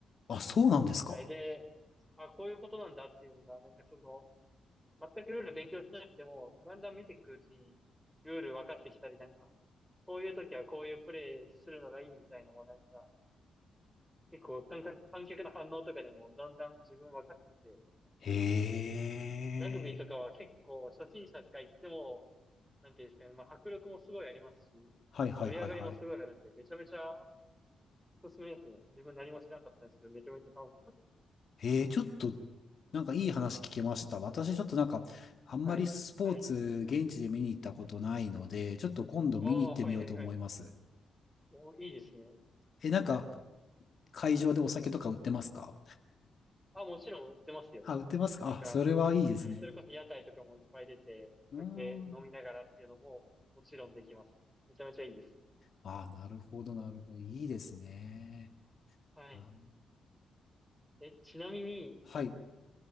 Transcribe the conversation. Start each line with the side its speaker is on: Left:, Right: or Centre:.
Left: ーあ、そうなんですか。
Centre: あれで、あ、こういうことなんだっていうのが、なんかその、全くルール勉強しなくても、だんだん見ていくうちに、ルール分かってきたり、なんか、こういう時はこういうプレイするのがいいみたいのもなんか、結構観客、観客の反応とかでもだんだん自分分かってきて、
Left: ええー
Centre: ラグビーとかは結構初心者が行っても、なんていうんですかね、まあ迫力もすごいありますし、
Left: はいはいはいはい。
Centre: 盛り上がりもすごいあるんで、めちゃめちゃおすすめですね。自分何もしなかったんですけど、めちゃめちゃ楽しかったんで。
Left: ええーちょっとなんかいい話聞けました。私ちょっとなんか、あんまりスポーツ、
Centre: はい。はい。
Left: 現地で見に行ったことないので、ちょっと今度見に行ってみようと思います。
Centre: ああ、はいはいはい。お、いいですね。
Left: え、なんか、会場でお酒とか売ってますか
Centre: あ、もちろん売ってますよ。
Left: あ、売ってますかあ、
Centre: なんか、
Left: それはいいですね。
Centre: はい、それこそ屋台とかもいっぱい出て、お酒飲みながらっていうのももちろんできますね。
Left: うーん。
Centre: めちゃめちゃいいです。
Left: あ、なるほど、なるほど。いいですね。
Centre: はい。
Left: あ
Centre: え、ちなみに、
Left: はい。